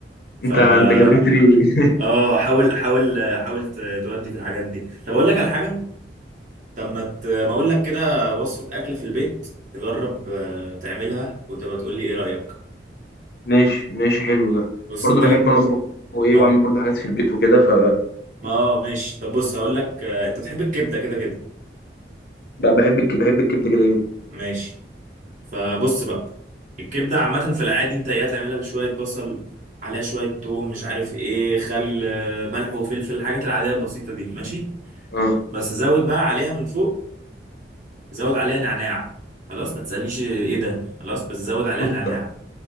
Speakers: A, on the right; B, on the left.
A: فا
B: انت انت جريت لي <laughs>
A: اه حاول حاول حاول ت- تودي في الحاجات دي طب اقول لك على حاجة طب ما ت- ما اقول لك كده وصفة أكلة في البيت تجرب آه، تعملها وتبقى تقول لي ايه رأيك
B: ماشي ماشي حلو ده
A: بص
B: برضه
A: انت
B: بحب
A: ليك
B: انا اطبخ وايه
A: ما
B: واعمل برضه حاجات في البيت وكده ف
A: ما آه، ماشي طب بص هقول لك آه، انت بتحب الكبدة كده كده
B: بحب الك- بحب الكبده كده كده
A: ماشي فبص بقى الكبدة عامة في العادي انت ايه تعملها بشوية بصل عليها شوية توم مش عارف ايه خل آه، ملح وفلفل الحاجات العادية البسيطة دي ماشي
B: آه.
A: بس زود بقى عليها من فوق زود عليها نعناع خلاص ما تسألنيش ايه ده خلاص بس زود عليها
B: احط
A: نعناع